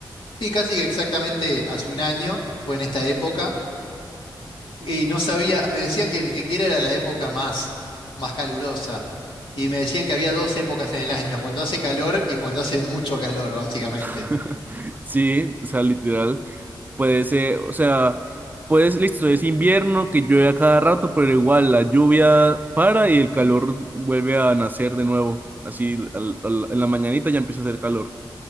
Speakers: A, on the left (about 80°); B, on the right (about 20°).
A: Sí, casi exactamente hace un año, fue en esta época. Y no sabía, me decían que ni siquiera era la época más, más calurosa. Y me decían que había dos épocas en el año, cuando hace calor y cuando hace mucho calor, básicamente.
B: <laughs> Sí, o sea, literal. Puede ser, o sea, puedes, listo, es invierno que llueve a cada rato, pero igual la lluvia para y el calor vuelve a nacer de nuevo. Así, al- al- en la mañanita ya empieza a hacer calor.